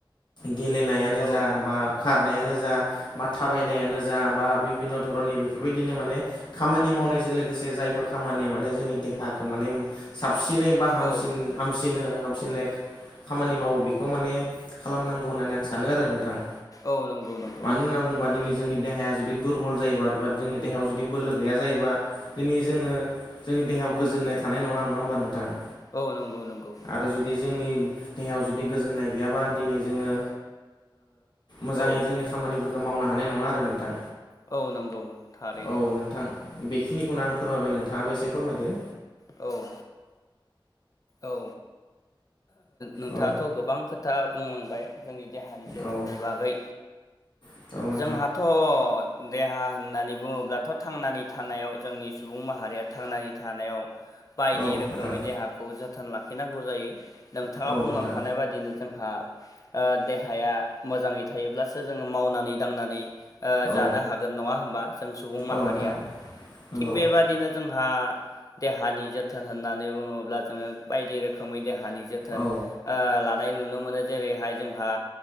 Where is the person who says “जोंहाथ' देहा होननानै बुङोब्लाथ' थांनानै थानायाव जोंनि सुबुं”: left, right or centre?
Left